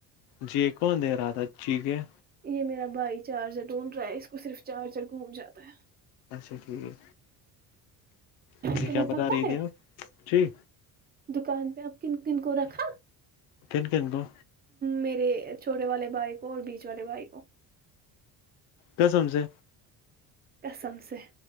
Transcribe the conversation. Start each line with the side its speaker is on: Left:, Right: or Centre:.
Left: جی کون دے رہا تھا جییک ہے
Right: یہ میرا بھائی چارجر ڈھونڈ رہا ہے اس کو صرف چارجر گھوم جاتا ہے
Left: اچھا ٹھیک مجھے
Right: تمہیں
Left: کیا بتا
Right: پتا
Left: رہی تھی
Right: ہے
Left: آپ جی
Right: دکان پہ اب کن کن کو رکھا
Left: کن کن کو
Right: میرے چھوٹے والے بھائی کو اور بیچ والے بھائی کو
Left: قسم سے
Right: قسم سے